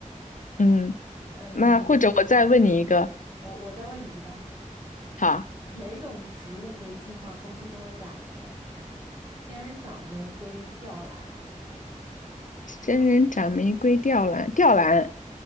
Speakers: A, on the left; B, on the right.
A: 嗯，
B: 嗯，
A: 那或者我再问你一个，
B: 我我再问你一道，
A: 好，
B: 哪种植物可以净化空气中的甲醛？仙人掌、玫瑰、吊兰。
A: 仙人掌、玫瑰、吊兰，吊兰。